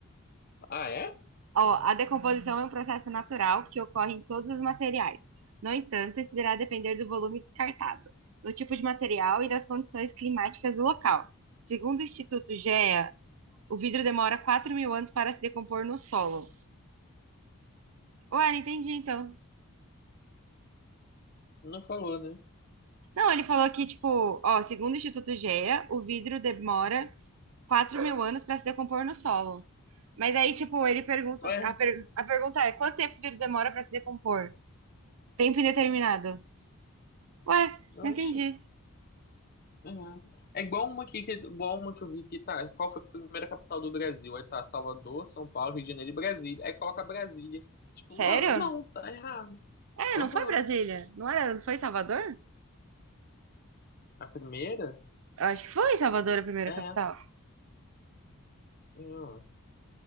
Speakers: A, on the left (about 45°); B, on the right (about 70°).
A: Ah, é?
B: Ó, a decomposição é um processo natural que ocorre em todos os materiais. No entanto, isso irá depender do volume descartado, do tipo de material e das condições climáticas do local. Segundo o Instituto GEA O vidro demora 4 mil anos para se decompor no solo. Ué, não entendi então.
A: Não falou, né?
B: Não, ele falou que, tipo, ó, segundo o Instituto GEA, o vidro demora 4 mil anos para se decompor no solo. Mas aí, tipo, ele pergunta,
A: Ué,
B: assim- a, per- a pergunta é, quanto tempo o vidro demora para se decompor? Tempo indeterminado. Ué,
A: não,
B: não entendi.
A: oxi. Uhum. É igual uma aqui que, igual uma que eu vi que tá. Qual foi a primeira capital do Brasil? Aí tá Salvador, São Paulo, Rio de Janeiro e Brasília. Aí coloca Brasília. Tipo,
B: Sério?
A: mano, não, tá errado.
B: É,
A: Aham.
B: não foi Brasília? Não era, não foi Salvador?
A: A primeira
B: Eu acho que foi Salvador a primeira
A: é.
B: capital.
A: não,